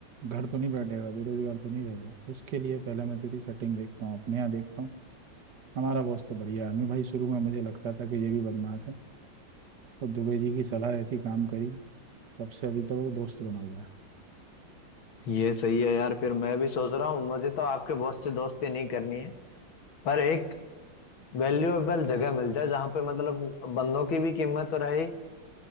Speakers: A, on the right (about 60°); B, on the left (about 85°).
A: घर तो नहीं बैठेगा बेरोजगार तो नहीं रहेगा उसके लिए पहले मैं तेरी सेटिंग देखता हूँ अपने यहाँ देखता हूँ हमारा बॉस तो बढ़िया आदमी भाई शुरू में मुझे लगता था कि ये भी बदमाश है तो दुबे जी की सलाह ऐसी काम करी तब से अभी तक वो दोस्त बना हुआ है
B: ये सही है यार फिर मैं भी सोच रहा हूँ मुझे तो आपके बॉस से दोस्ती नहीं करनी है पर एक वैल्यूएबल जगह मिल जाए जहाँ पे मतलब बंदों की भी कीमत रहे